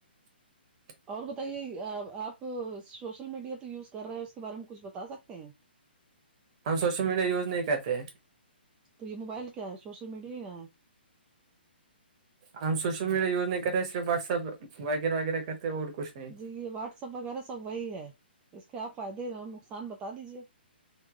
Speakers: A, on the right (about 35°); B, on the right (about 15°).
A: <unintelligible>
B: اور بتائیے آپ سوشل میڈیا تو یوز کر رہے ہیں اس کے بارے میں کچھ بتا سکتے ہیں
A: ہم سوشل میڈیا یوز نہیں کرتے ہیں
B: تو یہ موبائل کیا ہےوشل میڈیا ہی ن ہے
A: ہم سوشل میڈیا یوز نہیں کر رہے صرف واٹس ایپ وغیرہ وغیرہ کرتے اور کچھ نہیں
B: جی یہ واٹسپ وغیرہ سب وہی ہے اس کے آپ فائدے نہ نقصان بتا دیجے